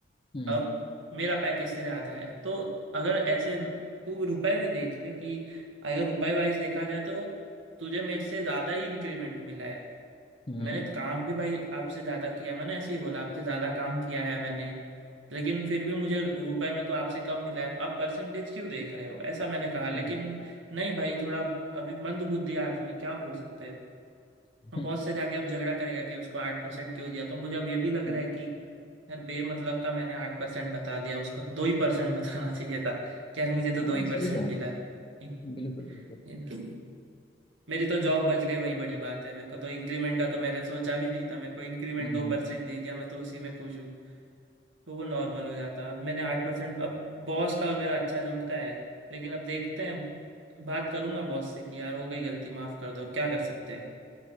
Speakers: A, on the left; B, on the right.
A: हम्म
B: अब मेरा पैकेज तेरे आता है तो अगर ऐसे तू रुपए में देख ले कि अगर रुपए वाइज देखा जाए तो तुझे मेरे से ज्यादा ही इंक्रीमेंट मिला है
A: हम्म
B: मैंने काम भी भाई आपसे ज्यादा किया है। मैंने ऐसे ही बोला आपसे ज्यादा काम किया है मैंने लेकिन फिर भी मुझे रुपए में तो आपसे कम मिला है आप परसेंटेज क्यों देख रहे हो ऐसा मैंने कहा लेकिन
A: हम्म,
B: नहीं भाई थोड़ा अभी मंदबुद्धि आदमी क्या बोल सकते हैं
A: हम्म,
B: बॉस से जाके अब झगड़ा करेगा कि उसको आठ परसेंट क्यों दिया तो मुझे अब ये भी लग
A: हम्म।
B: रहा है कि यार बेमतलब का मैंने आठ परसेंट बता दिया उसको दो ही परसेंट बताना <laughs> चाहिए था कि यार मुझे तो
A: हाँ
B: दो ही
A: सही
B: परसेंट
A: बात
B: मिला है इन,
A: है बिल्कुल बिल्कुल
B: इनकी मेरी तो जॉब बच गई वही बड़ी बात है मेरे को तो इंक्रीमेंट का तो मैंने सोचा भी नहीं था मेरे को इंक्रीमेंट
A: हम्म,
B: दो परसेंट दे दिया मैं तो उसी में खुश हूँ तो वो नॉर्मल हो जाता अब मैंने आठ परसेंट अब बॉस का और मेरा अच्छा जमता है लेकिन अब देखते हैं बात करूंगा बॉस से कि यार हो गई गलती माफ कर दो अब क्या कर सकते हैं